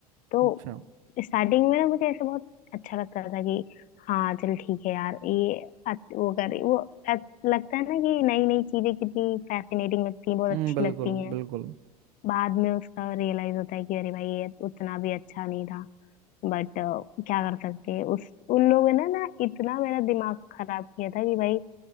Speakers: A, on the left (about 40°); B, on the right (about 60°).
A: तो
B: अच्छा
A: स्टार्टिंग में ना मुझे ऐसा बहुत अच्छा लगता था कि हाँ चल ठीक है यार ये अच्छ- वो कर रही वो अच- लगता है ना कि नई नई चीजें कितनी फैसिनेटिंग लगती हैं बहुत
B: हम्म
A: अच्छी
B: बिल्कुल
A: लगती हैं
B: बिल्कुल
A: बाद में उसका रियलाइज होता है कि अरे भाई ये उतना भी अच्छा नहीं था बट क्या कर सकते हैं उस उन लोगों ने ना इतना मेरा दिमाग खराब किया था कि भाई